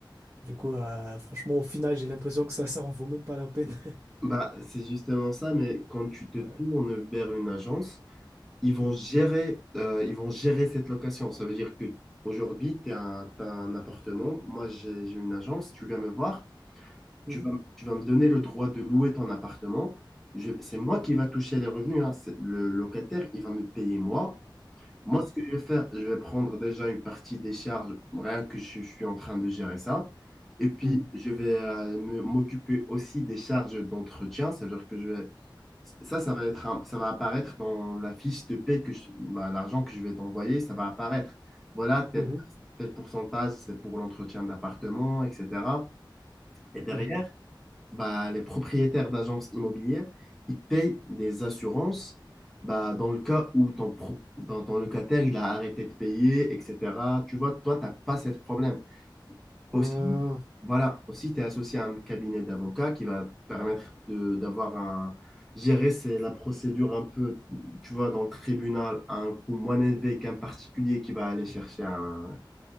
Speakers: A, on the right (about 30°); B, in the centre.
A: Du coup, euh, franchement, au final, j'ai l'impression que ça, ça en vaut même pas la peine. <laughs>
B: Bah, c'est justement ça, mais quand tu te
A: Ouais.
B: tournes vers une agence, ils vont
A: Mhm.
B: gérer, euh, ils vont gérer cette location. Ça veut dire que aujourd'hui, tu as un, t'as un appartement, moi j'ai j'ai une agence, tu viens me voir,
A: Mhm.
B: tu vas, tu vas me donner le droit de louer ton appartement. Je- C'est moi qui va toucher les revenus, hein. C'est- Le locataire, il va me payer moi. Moi, ce que je vais faire, je vais prendre déjà une partie des charges, rien que je, je suis en train de gérer ça. Et puis,
A: Mhm.
B: je vais euh, me- m'occuper aussi des charges d'entretien. Ça veut dire que je vais ça, ça va être un- ça va apparaître dans la fiche de paie que je- bah, l'argent que je vais t'envoyer, ça va apparaître. Voilà, tel,
A: Mhm. Mhm.
B: tel pourcentage, c'est pour l'entretien d'appartement, etc. Et derrière,
A: Mhm.
B: bah, les propriétaires d'agences immobilières, ils payent des assurances bah, dans le cas où ton, pro- dans- ton locataire, il a arrêté de payer, etc. Tu vois, toi, tu n'as pas ce problème.
A: Mhm.
B: Aussi,
A: Ah.
B: voilà, aussi, tu es associé à un cabinet d'avocats qui va te permettre de d'avoir un. Gérer, c'est la procédure un peu, tu vois, dans le tribunal, à un coût moins élevé
A: Mhm.
B: qu'un particulier qui va aller chercher un,